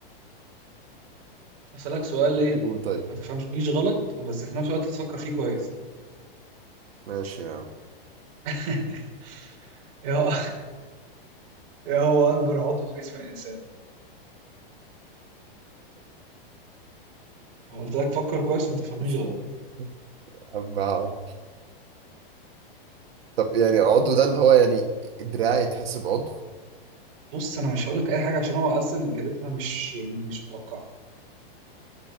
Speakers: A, on the right; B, on the right.
A: اسالك سؤال ايه
B: قول طيب
A: ما تفهمش ليش غلط وبس في نفس الوقت تفكر فيه كويس
B: ماشي يا عم
A: <laughs> ايه هو ايه هو اكبر عضو في جسم الانسان انا قلت لك فكر كويس وما تفهمنيش
B: <laughs>
A: غلط
B: عم عم. طب يعني عضو ده اللي هو يعني دراعي يتحسب عضو
A: بص انا مش هقول لك اي حاجه عشان هو اصلا اجابتها مش يعني مش متوقعه